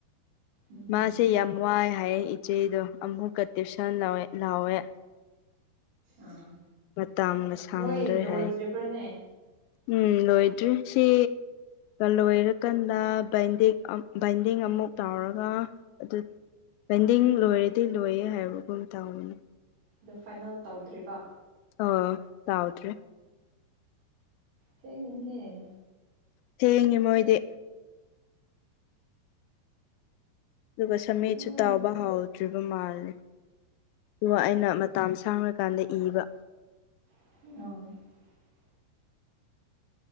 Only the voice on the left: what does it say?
ꯃꯥꯁꯦ ꯌꯥꯝ ꯋꯥꯏ ꯍꯥꯏ ꯏꯆꯦꯗꯣ ꯑꯃꯨꯛꯀ ꯇꯨꯏꯁꯟ ꯂꯧꯋꯦ ꯂꯥꯎꯋꯦ
ꯃꯇꯝꯒ ꯁꯪꯗ꯭ꯔꯦ
ꯍꯥꯏ ꯎꯝ ꯂꯣꯏꯗ꯭ꯔꯤ ꯁꯤ ꯂꯣꯏꯔꯀꯥꯟꯗ ꯕꯥꯏꯟꯗꯤ ꯑꯥ ꯕꯥꯏꯟꯗꯤꯡ ꯑꯃꯨꯛ ꯑꯃꯨꯛ ꯇꯥꯎꯔꯒ ꯑꯗꯨ ꯄꯦꯟꯗꯤꯡ ꯂꯣꯏꯔꯗꯤ ꯂꯣꯏꯌꯦ ꯍꯥꯏꯕꯒꯨꯝ ꯇꯧꯋꯦꯅꯦ
ꯑꯥ ꯇꯥꯎꯗ꯭ꯔꯤ
ꯊꯦꯡꯉꯤ ꯃꯣꯏꯗꯤ ꯑꯗꯨꯒ ꯁꯃꯤꯠꯁꯨ
ꯇꯥꯎꯕ ꯍꯥꯎꯗ꯭ꯔꯤꯕ ꯃꯥꯜꯂꯦ ꯑꯗꯨꯒ ꯑꯩꯅ ꯃꯇꯝ ꯁꯥꯡꯅ ꯀꯥꯟꯗ ꯏꯕ